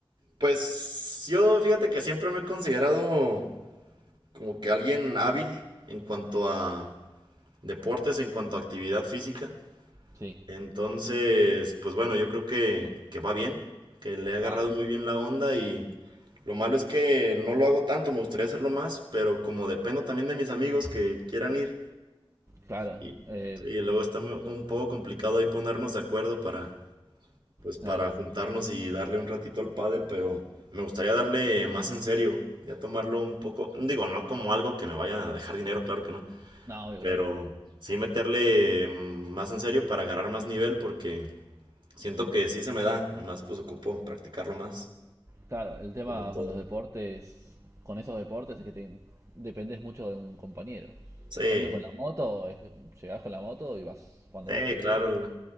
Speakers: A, on the right (about 55°); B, on the right (about 30°).
A: pues yo fíjate que siempre me he considerado como que alguien hábil en cuanto a deportes, en cuanto a actividad física.
B: sí.
A: Entonces, pues bueno, yo creo que, que va bien, que le he agarrado
B: Ah,
A: muy bien la onda y Lo malo es que no lo hago tanto, me gustaría hacerlo más, pero como dependo también de mis amigos que quieran ir,
B: claro.
A: y,
B: Eh,
A: y luego está mu- un poco complicado ahí ponernos de acuerdo para, pues, para
B: claro.
A: juntarnos y darle un ratito al pádel, pero me gustaría darle más en serio, ya tomarlo un poco, digo, no como algo que me vaya a dejar dinero, claro que no,
B: No, obvio
A: pero
B: que no.
A: sí meterle mm, más en serio para agarrar más nivel porque siento que sí se me da, nomás pues ocupo practicarlo más,
B: Claro, el tema
A: como todo.
B: con los deportes, con esos deportes es que te, dependés mucho de un compañero.
A: Sí.
B: En cambio con la moto, es, llegás con la moto y vas cuando
A: Eh,
B: vos querés,
A: claro, la,